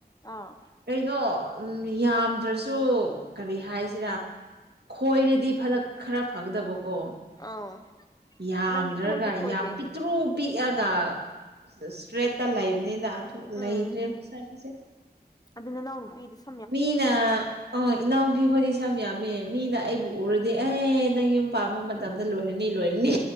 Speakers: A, on the left; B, on the right.
A: ꯑꯥ
B: ꯀꯩꯅꯣ ꯎꯝ ꯌꯥꯝꯗ꯭ꯔꯁꯨ ꯀꯔꯤ ꯍꯥꯏꯁꯤꯔꯥ ꯈꯣꯏꯔꯗꯤ ꯐꯔꯛ ꯈꯔ ꯐꯒꯗꯕꯀꯣ
A: ꯑꯥꯎ
B: ꯌꯥꯝꯗ꯭ꯔꯒ
A: ꯅꯪꯗꯤ ꯈꯣꯏꯁꯨ ꯈꯣꯏꯗꯦ
B: ꯌꯥꯝ ꯄꯤꯛ ꯇ꯭ꯔꯨ ꯄꯤꯛꯑꯒ ꯏꯁꯇ꯭ꯔꯦꯠꯇ ꯂꯩꯕꯅꯤꯅ ꯑꯗꯨ
A: ꯎꯝ
B: ꯂꯩꯗ꯭ꯔꯦꯕ ꯆꯟꯁꯦ
A: ꯑꯗꯨ ꯅꯅꯥꯎꯅꯨꯄꯤꯗꯨꯁꯨ
B: ꯃꯤꯅ ꯑ ꯏꯅꯥꯎꯄꯤ ꯍꫭꯏꯗꯤ ꯁꯝ ꯌꯥꯝꯃꯦ ꯃꯤꯅ ꯑꯩꯕꯨ ꯎꯔꯗꯤ ꯑꯦ ꯅꯪ ꯌꯨꯝ ꯄꯥꯝꯕ ꯃꯇꯝꯗ ꯂꯣꯏꯔꯅꯤ ꯂꯣꯏꯔꯅꯤ